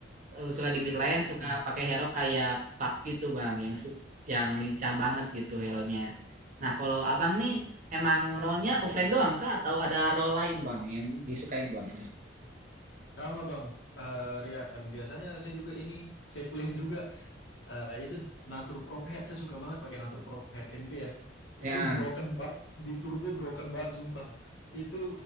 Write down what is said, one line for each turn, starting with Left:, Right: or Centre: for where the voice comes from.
Right: eh, suka di mid lane,
Left: Hmm,
Right: suka pakai hero kayak Pakti tuh Bang, yang su- yang lincah banget gitu hero-nya. Nah, kalau Abang nih emang role-nya offlane doang kah atau ada role lain Bang yang disukain Bang?
Left: sama Bang. Eh, Rian, biasanya saya juga ini safe lane juga. Eh, itu Natur Prop Head, saya suka banget pakai Natur Prop Head NP ya. Itu
Right: Ya,
Left: broken banget, di turbo broken banget sumpah. Itu